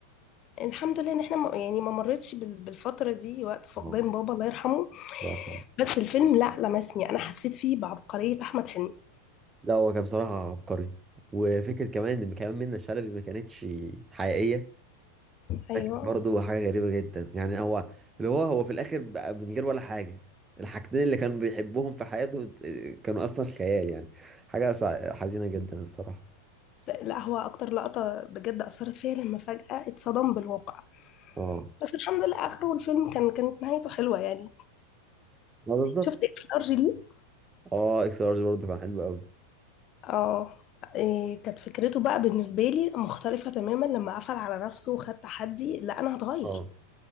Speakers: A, on the left; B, on the right.
A: الحمد لله ان احنا ما- يعني ما مرتش بال- بالفتره دي وقت فقدان
B: آه.
A: بابا الله يرحمه
B: الله يرحمه.
A: بس الفيلم لا لمسني انا حسيت فيه بعبقريه احمد حلمي
B: لا هو كان بصراحة عبقري وفكرة كمان ان كمان منة شلبي ما كانتش حقيقية
A: ايوه
B: ده كان برضه حاجة غريبة جدا يعني هو اللي هو هو في الاخر بقى من غير ولا حاجة الحاجتين اللي كان بيحبهم في حياته آه، كانوا اصلا خيال يعني حاجة سع- حزينة جدا الصراحة
A: لا هو اكتر لقطه بجد اثرت فيا لما فجاه اتصدم بالواقع
B: اه
A: بس الحمد لله اخره الفيلم كان كانت نهايته حلوه يعني
B: ما بالظبط
A: شفت ارجلي
B: اه اكس لارج برضه كان حلو قوي
A: اه إيه كانت فكرته بقى بالنسبه لي مختلفه تماما لما قفل على نفسه وخد تحدي لا انا هتغير
B: اه